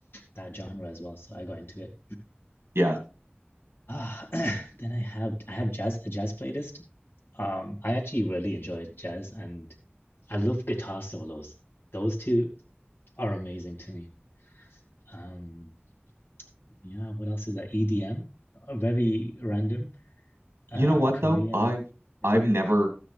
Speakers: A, on the left (about 65°); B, on the right (about 90°).
A: that genre as well. So I got into it.
B: Yeah.
A: Ah, <clears throat> then I have I have jazz a jazz playlist. Um, I actually really enjoy jazz, and I love guitar solos. Those two are amazing to me. Um, yeah, what else is that? EDM, Uh, very random. Uh,
B: You know what
A: Korean.
B: though? I've
A: Yep.
B: I've never